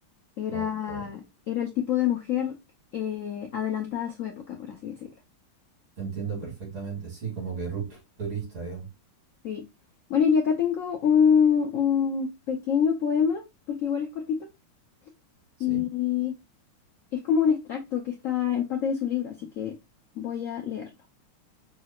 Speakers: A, on the left; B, on the right.
A: Era,
B: oh, oh.
A: era el tipo de mujer eh, adelantada a su época, por así decirlo.
B: Entiendo perfectamente. Sí, como que rupturista, digamos.
A: Sí. Bueno, y acá tengo un, un pequeño poema, porque igual es cortito,
B: Sí.
A: y es como un extracto que está en parte de su libro, así que voy a leerlo.